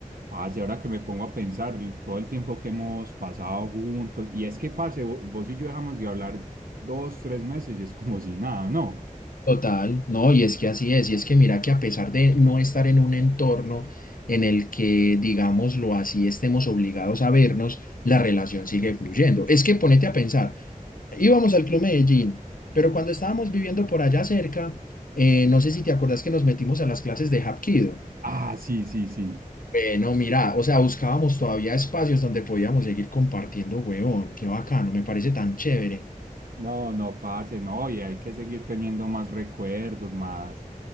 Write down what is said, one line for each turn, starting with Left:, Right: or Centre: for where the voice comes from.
Right: Parce, ahora que me pongo a pensar el- todo el tiempo que hemos pasado juntos, y es que, parce, vo- vos y yo dejamos de hablar dos, tres meses y es como si nada, ¿no?
Left: Total, no, y es que así es, y es que mira que a pesar de no estar en un entorno en el que, digámoslo así, estemos obligados a vernos, la relación sigue fluyendo. Es que ponete a pensar, íbamos al Club Medellín, pero cuando estábamos viviendo por allá cerca, eh, no sé si te acordás que nos metimos a las clases de Hapkido.
Right: Ah, sí, sí, sí.
Left: Bueno, mira, o sea, buscábamos todavía espacios donde podíamos seguir compartiendo, huevón, qué bacano, me parece tan chévere.
Right: No, no, parce, no, y hay que seguir teniendo más recuerdos, más.